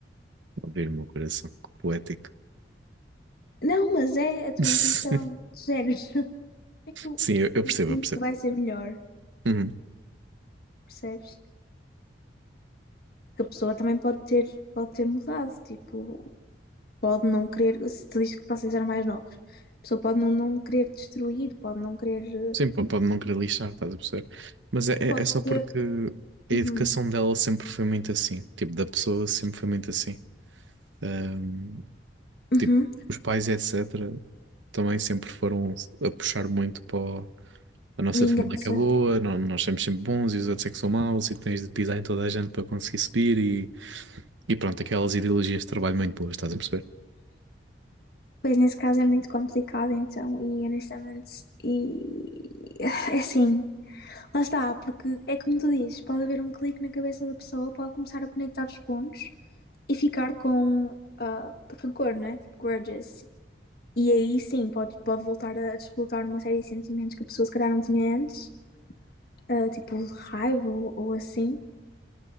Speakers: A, on the right; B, on the left.
A: Abrir o meu coração, que poético.
B: Não, mas é a tua
A: <laughs>
B: intuição, de género. <laughs> É que eu
A: Sim, eu, eu
B: eu
A: percebo,
B: sinto
A: eu percebo.
B: que vai ser melhor,
A: Uhum.
B: percebes? Que a pessoa também pode ter, pode ter mudado, tipo, pode não querer, se te diz que vocês eram mais novos, a pessoa pode não, não querer destruir, pode não querer. eh,
A: Sim, pô, pode não querer lixar, estás a perceber? Mas é, é
B: Pode
A: é só porque
B: querer. Uhum,
A: a educação dela sempre foi muito assim. Tipo, da pessoa sempre foi muito assim. Ahm,
B: uhum,
A: tipo, os pais, etc., também sempre foram a puxar muito para o- A nossa
B: vingança.
A: família é que é boa, nó- nós somos sempre bons e os outros é que são maus e tens de pisar em toda a gente para conseguir subir e, e pronto, aquelas ideologias de trabalho muito boas, estás a perceber?
B: Pois nesse caso é muito complicado, então, e honestamente, e é assim, lá está, porque é como tu dizes, pode haver um clique na cabeça da pessoa, pode começar a conectar os pontos e ficar com ah, rancor, né? Tipo, grudges. E aí sim, pode, pode voltar a desbloquear uma série de sentimentos que a pessoa se calhar não tinha antes, ah, tipo raiva ou, ou assim.